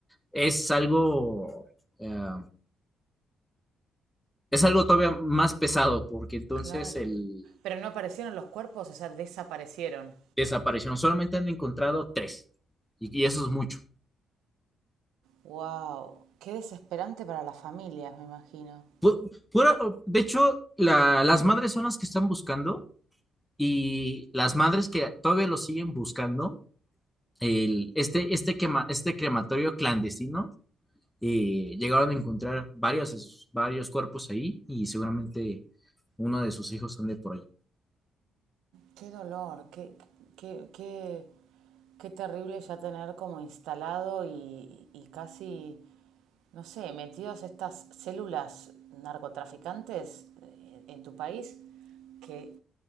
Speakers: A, in the centre; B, on the right.
A: es algo, eh, es algo todavía más pesado, porque entonces
B: claro.
A: el,
B: Pero no aparecieron los cuerpos, o sea, desaparecieron.
A: desaparecieron. Solamente han encontrado tres. Y, y eso es mucho.
B: Wow, qué desesperante para las familias, me imagino.
A: Pu- pura- de hecho, la- las madres son las que están buscando y las madres que todavía lo siguen buscando, el, este, este, quema- este crematorio clandestino, eh, llegaron a encontrar varios, varios cuerpos ahí y seguramente uno de sus hijos ande por ahí.
B: Qué dolor, qué, qué, qué, qué terrible ya tener como instalado y, y casi no sé, metidos estas células narcotraficantes eh, en tu país, que